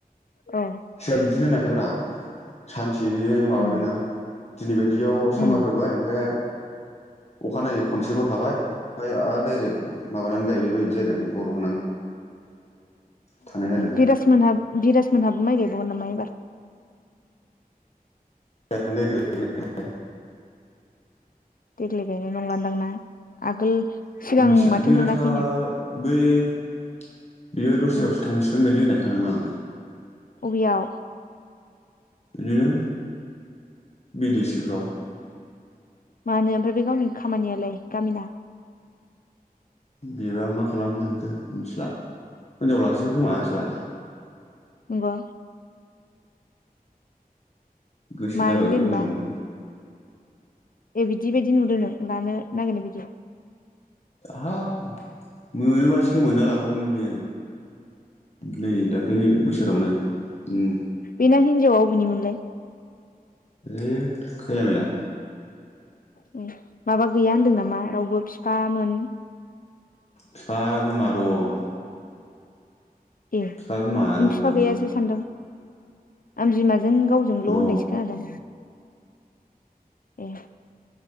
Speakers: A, on the left; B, on the left.
A: औ
B: फिफाया बिदिनो नो <unintelligible> सानसे इदिनो माबादोंना
A: उम
B: दिनै बायदियाव
A: उम
B: सामार होबाय ओमफ्राय अखानायै खनसेल' थाबाय ओमफ्राय आरो दडाइरेक्ट माबानानै गायबायबो बिदि जादों हर थानाय जादों
A: बिराज मोनहा बिराज मोनहाबो माइ गाय बावगोनना मा एबार
B: <unintelligible> मिथिया
A: देग्लाय गायनाय नंलादां ना आगोल सिगां माथो
B: बिराजआ
A: मोनाखैनो
B: बै बेयो दस्रायावसो
A: उम
B: थांसिगोन बायदि होननाय खो <unintelligible>
A: अबेयाव?
B: इदिनो बिदिसिफ्राव
A: मानो ओमफ्राय बे गावनि खामानियालाय गामिना
B: बिबा मा खालामनो सानखो मिथिला हिनजावलासिगोन खोमा आसोला
A: नंग'
B: गोसो
A: मानो
B: जाबायदां
A: जेनेबा
B: हिनजाव लानो।
A: ए बिदि बायदि नुदो नों लानो नागिरनाय बायदि
B: हाब मोनोबा सेमोननो लाबोवगौमोन बियो। नै दाख्लैनि बोसोरावनो उम
A: बिना हिजावाव बबेनिमोनलाय
B: ओ खैला मैला
A: ओम माबा गैया होनदों नामा रावबो फिफामोन
B: फिफा बिमा दं
A: ए
B: बिफा बिमा
A: आं
B: दंजोबो
A: फिफा गैया सो सान्दों। आं बिमा जों गावजोंल' होननायसो
B: दं
A: खोनादों। ए